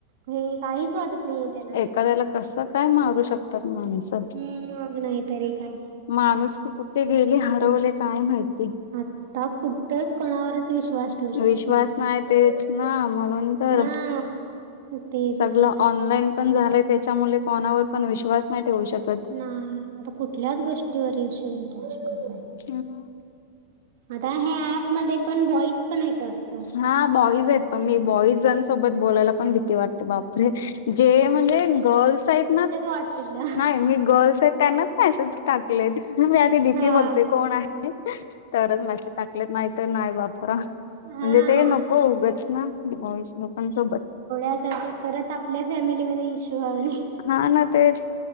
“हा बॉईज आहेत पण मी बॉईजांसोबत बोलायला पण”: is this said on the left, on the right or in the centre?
Left